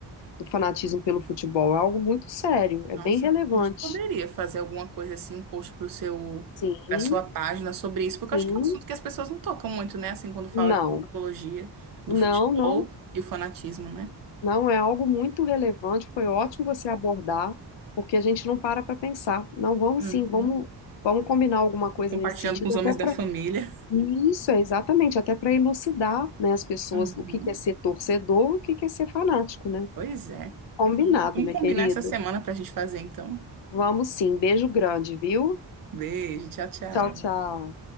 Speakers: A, on the left (about 80°); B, on the right (about 50°).
A: do fanatismo pelo futebol. É algo muito sério, é
B: Nossa,
A: bem relevante.
B: a gente poderia fazer alguma coisa assim, um post para o seu,
A: Sim,
B: para sua página sobre isso, porque
A: sim,
B: eu acho que é um assunto que as pessoas não tocam muito, né? Assim, quando fala
A: não,
B: de psicologia, do
A: não,
B: futebol
A: não,
B: e o fanatismo, né?
A: não é algo muito relevante. Foi ótimo você abordar, porque a gente não para para pensar. Não, vamos
B: Uhum.
A: sim, vamos, vamos combinar alguma coisa
B: Compartilhando
A: nesse sentido,
B: com os
A: até
B: homens
A: para
B: da família.
A: isso, é exatamente, até para elucidar, né, as pessoas
B: Uhum.
A: o que que é ser torcedor, o que que é ser fanático, né?
B: Pois é.
A: Combinado,
B: Então, vamos
A: minha querida.
B: combinar essa semana para a gente fazer, então.
A: Vamos sim. Beijo grande, viu?
B: Beijo, tchau, tchau.
A: Tchau, tchau.